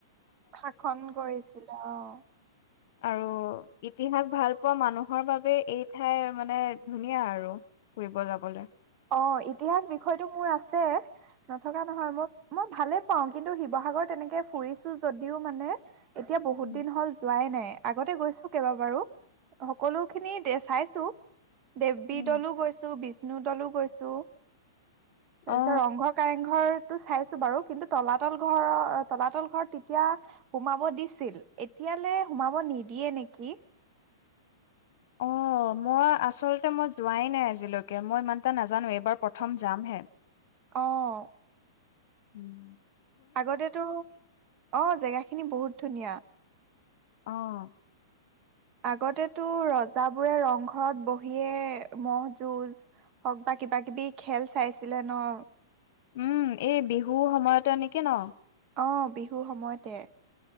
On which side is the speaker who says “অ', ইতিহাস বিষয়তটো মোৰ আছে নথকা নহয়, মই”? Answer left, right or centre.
Right